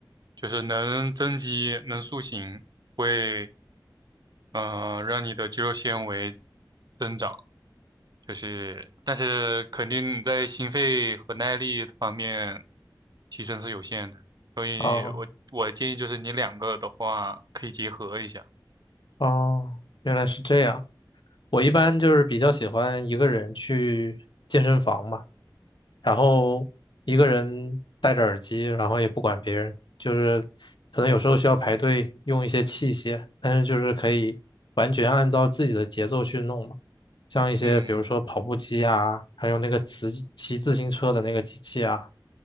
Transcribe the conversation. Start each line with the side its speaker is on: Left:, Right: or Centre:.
Right: 就是能增肌、能塑形，会呃让你的肌肉纤维增长。就是，但是肯定在心肺和耐力方面提升是有限的，所以我我建议就是你两个的话可以结合一下。
Left: 啊，哦，原来是这样。我一般就是比较喜欢一个人去健身房嘛，然后一个人戴着耳机，然后也不管别人，就是可能有时候需要排队用一些器械，但是就是可以完全按照自己的节奏去弄嘛，像一些比如说跑步机啊，
Right: 嗯。
Left: 还有那个骑骑自行车的那个机器啊，